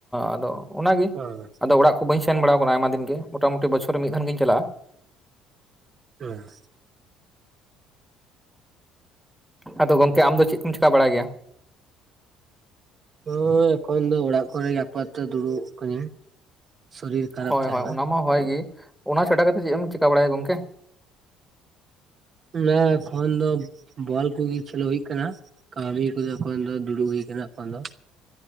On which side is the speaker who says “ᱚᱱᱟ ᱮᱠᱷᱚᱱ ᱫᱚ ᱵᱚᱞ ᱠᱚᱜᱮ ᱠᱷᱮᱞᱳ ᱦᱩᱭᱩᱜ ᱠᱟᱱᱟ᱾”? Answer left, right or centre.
Right